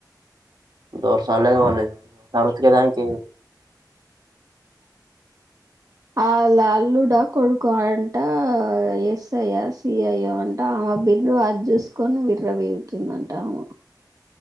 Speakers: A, on the right (about 75°); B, on the right (about 50°).
A: దరసాని లేదు ఎవన్ లేదు ఉతికి దానికి
B: అలా అల్లుడా కొడుకా అంట ఎస్ఐయా సిఐయే అంట ఆమె బిర్రు అది చూసుకొని విర్ర వీగుతుందంట ఆమె